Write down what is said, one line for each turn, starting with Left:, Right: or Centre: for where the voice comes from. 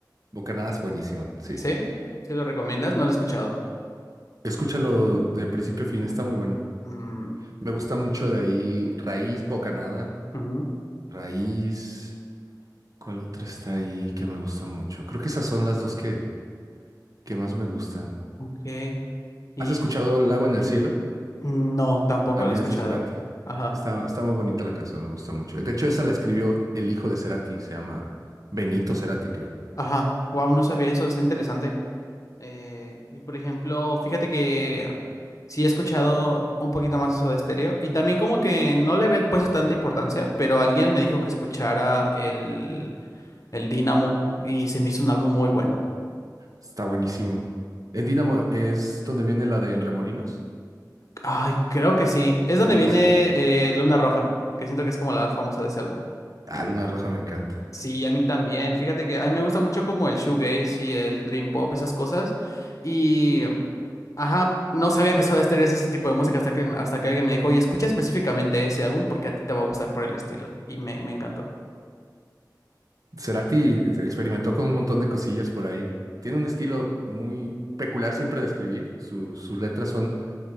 Right: Bocanadas, buenísimo, sí.
Left: ¿Sí? ¿Sí lo recomiendas? No lo he escuchado.
Right: Escúchalo de principio a fin, está muy bueno.
Left: Mm,
Right: Me gusta mucho de ahí Raíz, Bocanada,
Left: ujú,
Right: Raíz. ¿Cuál otra está ahí que me gusta mucho? Creo que esas son las dos que, que más me gustan.
Left: ok. Y
Right: ¿Has escuchado Lago en el cielo?
Left: mm, no, tampoco
Right: También
Left: lo he escuchado.
Right: es de Cerati.
Left: Ajá.
Right: Está, está muy bonita la canción, me gusta mucho. De hecho, esa la escribió el hijo de Cerati, se llama Benito Cerati, creo.
Left: Ajá. Wow, no sabía eso, está interesante. Eh, y por ejemplo, fíjate que sí he escuchado un poquito más eso de Stereo. Y también como que no le había puesto tanta importancia, pero alguien me dijo que escuchara el, el Dínamo y se me hizo un álbum muy bueno.
Right: Está buenísimo. En Dínamo es donde viene la de En Remolinos,
Left: Ay, creo que sí. Es donde
Right: creo
Left: viene
Right: que sí.
Left: eh, Luna Roja, que siento que es como la más famosa de ese álbum.
Right: Ah, Luna Roja me encanta.
Left: Sí, a mí también. Fíjate que a mí me gusta mucho como el shoegaze y el dream pop, esas cosas. Y Ajá, no sabía que Soda Stereo hacía ese tipo de música hasta que, hasta que alguien me dijo, oye, escucha específicamente ese álbum porque a ti te va a gustar por el estilo. Y me, me encantó.
Right: Cerati experimentó con un montón de cosillas por ahí. Tiene un estilo muy peculiar siempre de escribir. Su- sus letras son,